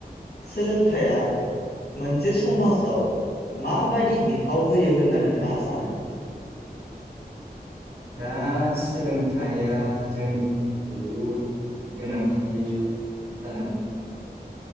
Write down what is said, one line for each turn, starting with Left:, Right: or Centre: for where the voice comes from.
Left: सोलोंथाया मोनसे समाजाव माबादि बिफाव होयो होनना नोंथांङा सानो?
Right: दा सोलोंथाइया जोंनि थाखाय बहुद गोनांथि जानानै फैदों